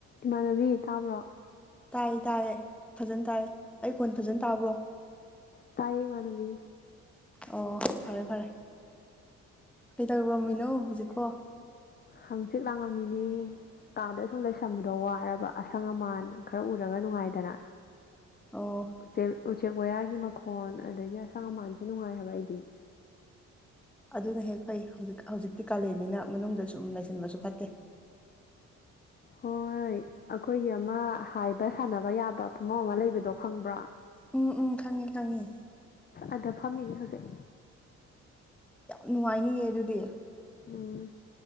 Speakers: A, on the left (about 30°); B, in the centre.
A: ꯏꯃꯥꯟꯅꯕꯤ ꯇꯥꯕ꯭ꯔꯣ
B: ꯇꯥꯏ ꯇꯥꯏꯔꯦ ꯐꯖꯅ ꯇꯥꯏꯌꯦ ꯑꯩ ꯈꯣꯟ ꯐꯖꯅ ꯇꯥꯕ꯭ꯔꯣ
A: ꯎꯝ ꯇꯥꯏꯌꯦ ꯏꯃꯥꯟꯅꯕꯤ
B: ꯑꯣ ꯐꯔꯦ ꯐꯔꯦ ꯀꯩꯗꯧꯔꯝꯃꯤꯅꯣ ꯍꯧꯖꯤꯛꯄꯣ
A: ꯍꯪꯆꯤꯠ ꯂꯥꯡꯉꯝꯃꯤꯅꯦ ꯀꯥꯗ ꯁꯨꯝ ꯂꯩꯁꯟꯕꯗꯣ ꯋꯥꯔꯕ ꯑꯁꯪ ꯑꯃꯥꯟ ꯈꯔ ꯎꯔꯒ ꯅꯨꯡꯉꯥꯏꯗꯅ
B: ꯑꯣ
A: ꯎꯆꯦꯛ ꯎꯆꯦꯛ ꯋꯌꯥꯒꯤ ꯃꯈꯣꯟ ꯑꯗꯥꯗꯤ ꯑꯁꯪ ꯑꯃꯥꯟꯖꯦ ꯅꯨꯡꯉꯥꯏ ꯍꯥꯏꯕ ꯑꯩꯗꯤ
B: ꯑꯗꯨꯅ ꯍꯦꯛ ꯐꯩ ꯍꯧꯖꯤꯛ ꯍꯧꯖꯤꯛꯇꯤ ꯀꯥꯂꯦꯟꯅꯤꯅ ꯃꯅꯨꯡꯗ ꯁꯨꯝ ꯂꯩꯁꯤꯟꯕꯁꯨ ꯐꯠꯇꯦ
A: ꯍꯣꯏ ꯑꯩꯈꯣꯏꯒꯤ ꯑꯃꯥ ꯍꯥꯏꯕ ꯁꯥꯟꯅꯕ ꯌꯥꯕ ꯐꯝꯕꯝ ꯑꯃꯥ ꯂꯩꯕꯗꯣ ꯈꯪꯕ꯭ꯔꯣ
B: ꯎꯝ ꯎꯝ ꯈꯪꯉꯦ ꯈꯪꯉꯦ
A: ꯑꯗ ꯐꯝꯃꯤꯅꯦ ꯍꯧꯖꯤꯛ
B: ꯌꯥꯝ ꯅꯨꯡꯉꯥꯏꯅꯤꯌꯦ ꯑꯗꯨꯗꯤ
A: ꯎꯝ